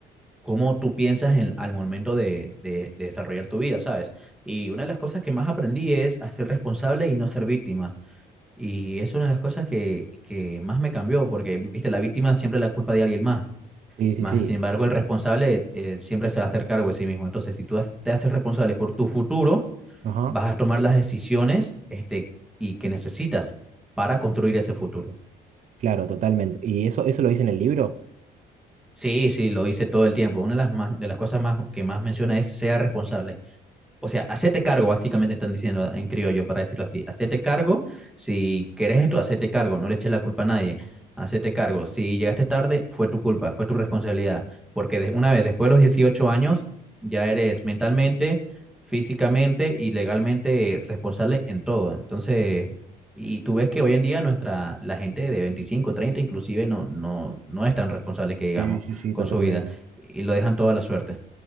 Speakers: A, in the centre; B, on the right.
A: cómo tú piensas en, al momento de, de de desarrollar tu vida, ¿sabes? Y una de las cosas que más aprendí es a ser responsable y no ser víctima. Y es una de las cosas que, que más me cambió, porque, viste, la víctima siempre es la culpa de alguien más.
B: sí, sí,
A: Más,
B: sí.
A: sin embargo, el responsable eh, siempre se va a hacer cargo de sí mismo. Entonces, si tú has- te haces responsable por tu futuro,
B: Ajá,
A: vas a tomar las decisiones este, y que necesitas para construir ese futuro.
B: claro, totalmente. ¿Y eso, eso lo dice en el libro?
A: Sí, sí, lo hice todo el tiempo. Una de las, más, de las cosas más, que más menciona es sea responsable. o sea, hacete cargo, básicamente están diciendo en criollo, para decirlo así. Hacete cargo, si querés esto, hacete cargo, no le eches la culpa a nadie. Hacete cargo, si llegaste tarde, fue tu culpa, fue tu responsabilidad, porque de, una vez después de los 18 años, ya eres mentalmente, físicamente y legalmente responsable en todo. Entonces, y tú ves que hoy en día nuestra, la gente de 25, 30 inclusive no, no, no es tan responsable que digamos
B: Sí, sí, sí,
A: con
B: totalmente.
A: su vida y lo dejan toda la suerte.